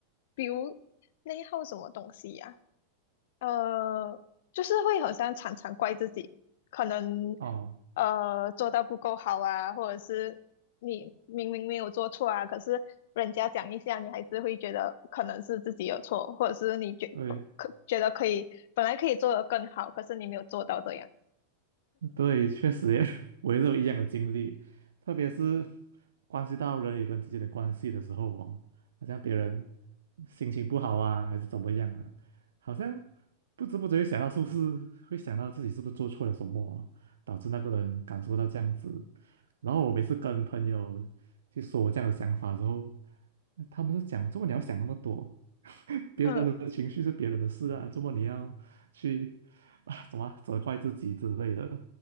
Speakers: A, on the left; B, on the right.
A: 比如内耗什么东西呀、呃，就是会好像常常怪自己，可能
B: 哦，
A: 呃做到不够好啊，或者是你明明没有做错啊，可是人家讲一下，你还是会觉得可能是自己有错，或者是你觉不可觉得可以本来可以做得更好，
B: 对。
A: 可是你没有做到这样。
B: 对，确实也 <laughs>，我也是有一样的经历，特别是关系到人与人之间的关系的时候哦，好像别人心情不好啊，还是怎么样啊，好像不知不觉想到是不是会想到自己是不是做错了什么啊导致那个人感受到这样子。然后我每次跟朋友去说我这样的想法之后，他们就讲：“怎么你要想那么多？<laughs> 别人的情绪是别人的事啊，
A: 嗯，
B: 怎么你要去 <laughs> 啊怎么啊责怪自己之类的？”